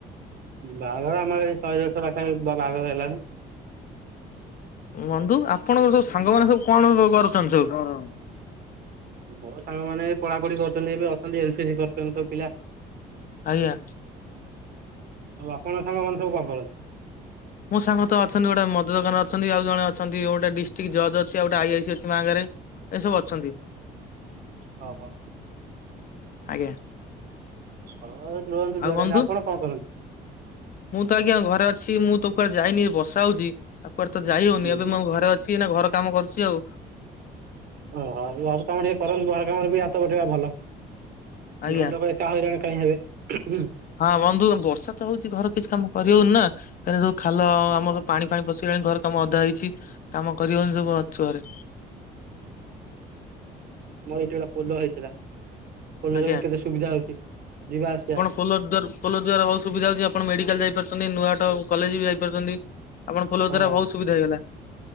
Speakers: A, on the right; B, on the left.
A: ବାହାଘର ଆମର ଏଇ ଶହେ ଦେଢଶହ ପାଖା ବାହାଘର ହେଲାଣି।
B: ବନ୍ଧୁ ଆପଣଙ୍କର ସବୁ ସାଙ୍ଗମାନୋନ ସବୁ କଣ କରୁଛନ୍ତି ସବୁ?
A: ସାଙ୍ଗମାନେ ପଢାପଢି କରୁଛନ୍ତି ଏବେ ଅଛନ୍ତି ଏନସିସି କରୁଛନ୍ତି ସବୁ ପିଲା।
B: ଆଜ୍ଞା।
A: ଆଉ ଆପଣଙ୍କ ସାଙ୍ଗମାନେ ସବୁ କଣ କରନ୍ତି?
B: ମୋ ସାଙ୍ଗ ତ ଅଛନ୍ତି ଗୋଟେ ମଦ ଦୋକାନ ଅଛନ୍ତି ଆଉ ଜଣେ ଅଛନ୍ତି ଗୋଟେ ଡିଷ୍ଟ୍ରିକ୍ଟ ଜଜ୍ ଅଛି ଆଉ ଗୋଟେ ଆଇଆଇ ସ ଅଛି ମାରେ। ଏସବୁ ଅଛନ୍ତି।
A: ହଉ ହ।
B: ଆଜ୍ଞା।
A: ହଁ ରୁହନ୍ତୁ
B: ଆଉ
A: ଜୁଆଡେ
B: ବନ୍ଧୁ
A: ହେଲେ ଆପଣ କଣ କରନ୍ତି?
B: ମୁଁ ତ ଆଜ୍ଞା ଘରେ ଅଛି ମୁଁ ତ କୁଆଡେ ଯାଇନି ବର୍ଷା ହଉଛି ଆଉ କୁଆଡେ ତ ଯାଇ ହଉନି
A: ହୁଁ
B: ଏବେ
A: ହୁଁ
B: ମୋ ଘରେ ଅ ଛି ଏଇନା ଘର କାମ କରୁଛି ଆଉ।
A: ଓହୋ ଘର କାମ ଟିକେ କରନ୍ତୁ ଘର କାମରେ ବି ହାତ ଉଠେଇବା ଭଲ
B: ଆଜ୍ଞା।
A: ଘର ଲୋକ କାହା ହେଇରାଣ କାହିଁ ହେବେ ହୁଁ ହୁଁ
B: ହଁ ବନ୍ଧୁ ବର୍ଷା ତ ହଉଛି ଘରେ କିଛି କାମ କରିହଉନି ନା ଏ ଯୋଉ ଖାଲ
A: ଓହୋ
B: ଆମର ପାଣି ପାଣି ପଶେଇଗଲାଣି ଘର କାମ ଅଧା ହେଇଛି କାମ କରିବନି ସବୁ ଅଛୁ ଘରେ।
A: ମୋର ଏଇଠି ଗୋଟେ ପୋଲ ହେଇଥିଲା। ପୋଲ
B: ଆଜ୍ଞା।
A: ଜରେ କେତେ ସୁବିଧା ହଉଛି ଯିବା ଆସିବା।
B: ପୋଲୋ ଦ୍ୱାର ପୋଲୋ ଦ୍ୱାର ବୋହୁତ ସୁବିଧା ଅଛି ଆପଣ ମେଡିକାଲ ଯାଇପାରୁଛନ୍ତି ନୂଆଟ କଲେଜ ବି ଯାଇପାରୁଛନ୍ତି। ଆପଣ ପୋଲ
A: ହଁ
B: ଦ୍ଵାରା ବହୁତ ସୁବିଧା ହେଇଗଲା।